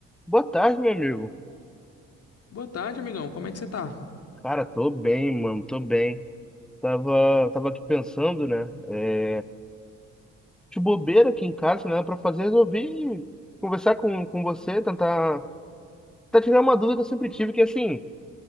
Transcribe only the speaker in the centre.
Boa tarde, meu amigo.
Cara, tô bem, mano, tô bem. Tava, tava aqui pensando, né? É, de bobeira aqui em casa, né? Pra fazer, resolvi conversar com, com você, tentar, tentar tirar uma dúvida que eu sempre tive, que assim,